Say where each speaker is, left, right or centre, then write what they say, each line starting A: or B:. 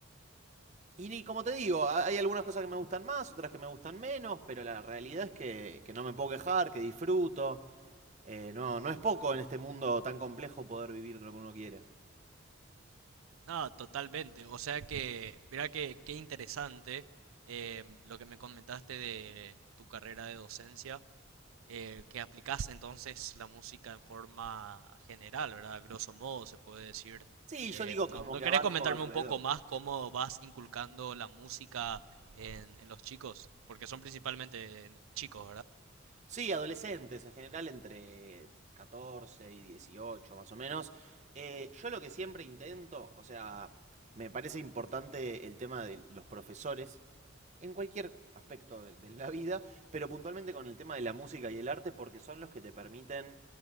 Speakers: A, on the right; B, on the right.
A: y ni- como te digo, hay algunas cosas que me gustan más, otras que me gustan menos, pero la realidad es que, que no me puedo quejar, que disfruto. Eh, no, no es poco en este mundo tan complejo poder vivir de lo que uno quiere.
B: No, totalmente. O sea que, mira que qué interesante eh, lo que me comentaste de tu carrera de docencia, eh, que aplicas entonces la música en forma general, ¿verdad? A grosso modo se puede decir.
A: Sí,
B: Eh,
A: yo digo
B: no,
A: como
B: ¿no
A: que
B: querés
A: abarco
B: comentarme
A: alrededor.
B: un poco más cómo vas inculcando la música en, en los chicos? Porque son principalmente chicos, ¿verdad?
A: Sí, adolescentes, en general entre 14 y 18 más o menos. Eh, yo lo que siempre intento, o sea, me parece importante el tema de los profesores en cualquier aspecto de, de la vida, pero puntualmente con el tema de la música y el arte porque son los que te permiten